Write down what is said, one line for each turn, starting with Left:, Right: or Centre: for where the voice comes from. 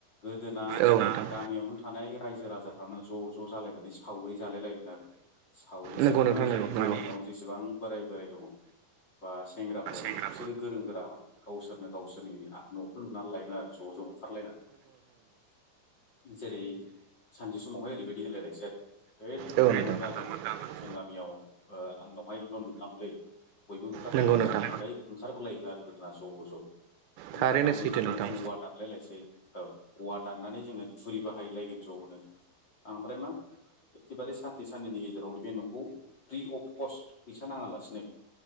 Left: गोदोना
Right: औ नोंथां
Left: गामियावनो थानाय रायजो राजाफ्रानो ज'-ज' जालायनानैसो सावगरि जालाय लायोमोन आरो सावगरि
Right: नंगौ
Left: जाय
Right: नोंथां
Left: माने
Right: नंगौ
Left: गामियाव
Right: नंगौ नंगौ नोंथां
Left: जेसेबां बोराइ - बोराइ दङ'। बा सेंग्राफोर
Right: नंगौ
Left: बिसोरो गोरों - गोरामोन गावसोरनो - गावसोरनि न'खौ लुनानै लायोन आरो ज' - ज'। खार जेरै सानसे समावहाय ओरैबायदि होलायलायसै स इ नोंथांमोन
Right: औ नोंथां
Left: गाबोन जों गामियाव आंनावहाय न' लुनांगौलै बयबो ओंखारलायब्लानो
Right: नंगौ नोंथां
Left: जाबाय होनबाथाय ओंखारबोलायोमोन आरो गोदोना ज'- ज'
Right: थारैनो
Left: ओंखारनानै
Right: सैथो
Left: बिदिनो
Right: नोंथां
Left: औवा दानलायलायसै औ औवा दाननानै जोङो फुरि बाहायलायगोन ज'नो आमफ्राय एखेबारे सानसे साननैनि गेजेरावनो बे न'खौ फ्रि अफ कस्ट फैसा नाङालासिनो